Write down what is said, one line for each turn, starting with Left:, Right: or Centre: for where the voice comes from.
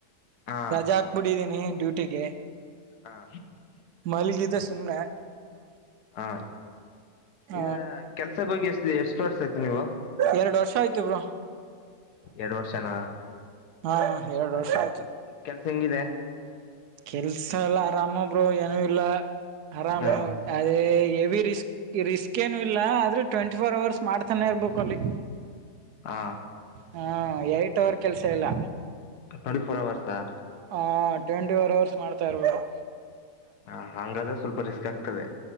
Left: ಹಾ
Right: ರಜಾ ಹಾಕ್ಬಿಟಿದ್ದೀನಿ ನೀ ಡ್ಯೂಟಿಗೆ
Left: ಹಾ
Right: ಮಲಗಿದ್ದೆ ಸುಮ್ಮನೆ
Left: ಹಾ
Right: ಹ
Left: ಇದ ಕೆಲ್ಸಕ್ಕ ಹೋಗಿ ಎಷ್ಟ ಎಷ್ಟು ವರ್ಷ ಆಯ್ತ್ ನೀವು
Right: ಎರಡು ವರ್ಷ ಆಯ್ತ ಬ್ರೋ
Left: ಎರಡ್ ವರ್ಷನ
Right: ಹಾ ಎರಡು
Left: ಆಯ್ತಾಯ್ತು
Right: ವರ್ಷ ಆಯ್ತು
Left: ಕೆಲ್ಸ ಹೆಂಗಿದೆ
Right: ಕೆಲ್ಸ ಎಲ್ಲ ಆರಾಮು ಬ್ರೋ ಏನೂ ಇಲ್ಲ ಆರಾಮ
Left: ಹ
Right: ಅದೇ ಎವಿ ರಿಸ್ಕ್ ರಿಸ್ಕ್ ಏನು ಇಲ್ಲ ಆದ್ರೆ ಟ್ವೆಂಟಿ ಫೋರ್ ಅವರ್ಸ್ ಮಾಡ್ತಾನೆ ಇರ್ಬೇಕು ಅಲ್ಲಿ
Left: ಹ
Right: ಹಾಂ ಏಟ್ ಅವರ್ ಕೆಲ್ಸ ಎಲ್ಲ
Left: ಟ್ವೆಂಟಿ ಫೋರ್ ಅವರ್ಸ್ ಹ
Right: ಹ ಟ್ವೆಂಟಿ ಫೋರ್ ಅವರ್ಸ್ ಮಾಡ್ತಾ ಇರ್ಬೋದು
Left: ಹ ಹಂಗಾದ್ರೆ ಸ್ವಲ್ಪ ರಿಸ್ಕ್ ಆಗ್ತದೆ